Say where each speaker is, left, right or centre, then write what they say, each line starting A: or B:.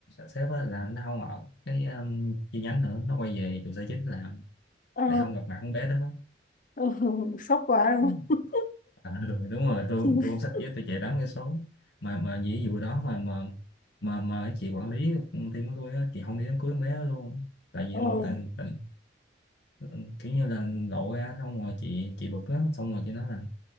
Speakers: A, on the left; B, on the left.
A: sếp á là nó không ở cái ừ, chi nhánh nữa nó quay về trụ sở chính làm
B: Ờ,
A: để không gặp mặt con bé đó
B: ừ, sốc quá
A: Ừ.
B: đúng không?
A: à, <laughs> ừ, đúng rồi tôi
B: <laughs>
A: tôi cũng xách dép tôi chạy đón cái số mà mà vì vụ đó mà mà mà mà cái chị quản lý team của tôi á chị không đi đám cưới con bé đó luôn tại vì
B: Ừ,
A: tại, tại Ừ, kiểu như là lộ ra xong rồi chị chị bực á xong rồi chị nói là